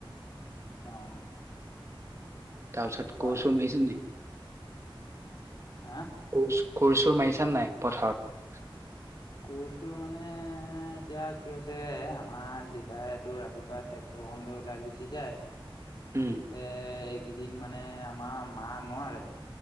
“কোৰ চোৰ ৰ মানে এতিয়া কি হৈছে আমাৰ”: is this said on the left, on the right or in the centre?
Left